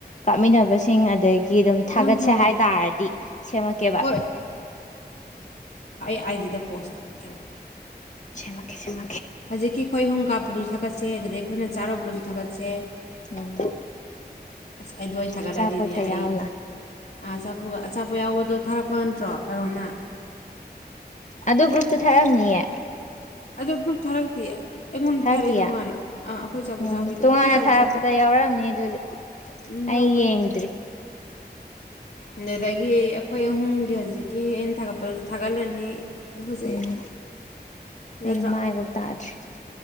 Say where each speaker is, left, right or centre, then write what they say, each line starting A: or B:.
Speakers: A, on the left; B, on the left.
A: ꯀꯥꯞꯃꯤꯟꯅꯕꯁ ꯁꯤꯡ ꯑꯗꯒꯤ ꯑꯗꯨꯝ ꯊꯥꯒꯠꯁꯦ
B: ꯅꯪ ꯁꯦꯝꯃꯛꯑꯣ
A: ꯍꯥꯏꯇꯥꯥꯔꯗꯤ ꯁꯦꯝꯃꯛꯀꯦꯕ
B: ꯍꯣꯏ ꯑꯩꯗꯤꯗ ꯄꯣꯁ ꯊꯥꯔꯛꯀꯦꯕ
A: ꯃꯀꯦ ꯁꯃꯦ
B: ꯍꯧꯖꯤꯛꯀꯤ ꯑꯩꯈꯣꯏꯍꯣꯡꯝ ꯀꯥꯞꯄꯗꯨꯁꯨ ꯊꯥꯒꯠꯁꯦ ꯑꯗꯨꯗꯒꯤ ꯑꯩꯈꯣꯏꯅ ꯆꯥꯔꯨꯕꯗꯁꯨ ꯊꯥꯒꯠꯁꯦ
A: ꯎꯝ
B: ꯑꯁ ꯑꯩꯗꯋꯥ ꯊꯥꯒꯠꯂꯗꯤꯅꯦ
A: ꯑꯆꯥꯄꯣꯠꯀ
B: ꯑꯩ
A: ꯌꯥꯎꯅ
B: ꯑ ꯑꯆꯥꯄ ꯑꯆꯥꯄꯣ ꯌꯥꯎꯕꯗꯣ ꯊꯥꯔꯛꯄ ꯅꯠꯇ꯭ꯔꯣ ꯀꯩꯅꯣꯅ
A: ꯑꯗꯨ ꯒ꯭ꯔꯨꯞꯇ ꯊꯥꯔꯝꯅꯤꯌꯦ
B: ꯑ ꯒ꯭ꯔꯨꯞ ꯊꯥꯔꯛꯇꯤꯌꯦ ꯑꯩꯉꯣꯟꯗ
A: ꯊꯥꯔꯛꯇꯤꯌꯦ
B: ꯊꯥꯔꯛꯑꯦ ꯇꯣꯉꯥꯟꯅ ꯑꯥ ꯑꯩꯈꯣꯏ ꯆꯥꯕ
A: ꯎꯝ
B: ꯆꯥꯕꯤꯗꯣ
A: ꯇꯣꯉꯥꯟꯅ
B: ꯑꯩꯈꯣꯏ ꯆꯥꯕ
A: ꯊꯥꯔꯛꯄꯗ
B: ꯆꯥꯕꯤꯗꯣ
A: ꯌꯥꯎꯔꯛꯑꯝꯅꯤ ꯑꯗꯨꯗꯤ
B: ꯎꯝ
A: ꯑꯩ
B: ꯌꯥꯎꯕꯅꯤ
A: ꯌꯦꯡꯗ꯭ꯔꯤ
B: ꯑꯗꯨꯗꯒꯤ ꯑꯩꯈꯣꯏ ꯑꯍꯨꯝꯒꯤ ꯍꯧꯖꯤꯛꯀꯤ ꯑꯩꯅ ꯊꯥꯒꯠꯄꯁꯨ ꯊꯥꯒꯠꯂꯅꯤ ꯑꯗꯨ ꯐꯖꯩꯌꯦ
A: ꯎꯝ
B: ꯐꯖꯗ꯭ꯔꯥ
A: ꯑꯩ ꯃꯥꯏꯕ ꯇꯥꯗ꯭ꯦ <unintelligible>